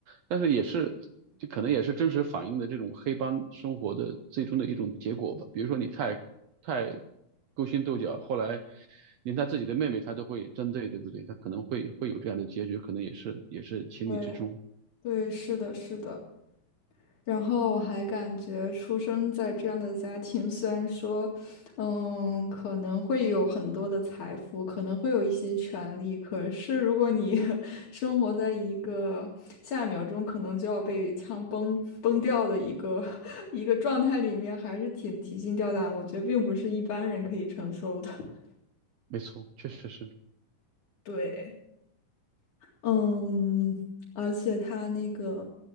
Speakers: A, on the right; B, on the left.
A: 但是也是，就可能也是真实反映的这种黑帮生活的最终的一种结果吧。比如说你太太勾心斗角，后来连他自己的妹妹他都会针对，对不对？他可能会会有这样的结局，可能也是也是情理之中。
B: 对对，是的，是的。然后我还感觉出生在这样的家庭，<laughs> 虽然说，嗯，可能会有很多的财富，可能会有一些权利，可是如果你 <laughs> 生活在一个下一秒钟可能就要被枪崩崩掉的一个 <laughs> 一个状态里面，还是挺提心吊胆，我觉得并不是一般人可以承受的。<laughs>
A: 没错，确实是。
B: 对。嗯，而且他那个